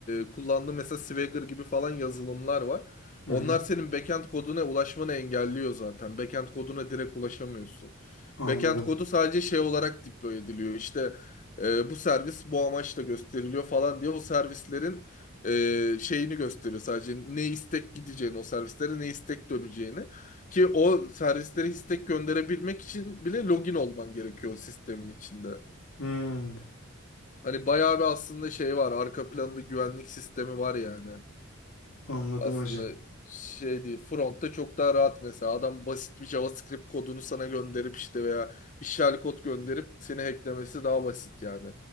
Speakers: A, on the left; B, on the left.
A: e, kullandığı mesela Swagger gibi falan yazılımlar var.
B: Hı
A: Onlar
B: hı.
A: senin backend koduna ulaşmanı engelliyor zaten. Backend koduna direkt ulaşamıyorsun.
B: Anladım.
A: Backend kodu sadece şey olarak deploy ediliyor. İşte e, bu servis bu amaçla gösteriliyor falan diye o servislerin e, şeyini gösteriyor sadece ne istek gideceğini o servislere ne istek döneceğini. Ki o servislere istek gönderebilmek için bile login olman gerekiyor o sistemin içinde.
B: Hı,
A: Hani bayağı bir aslında şey var. Arka planlı güvenlik sistemi var yani.
B: anladım
A: Aslında
B: hacı.
A: şey değil. Front'ta çok daha rahat mesela. Adam basit bir JavaScript kodunu sana gönderip işte veya işgal kod gönderip seni hacklemesi daha basit yani.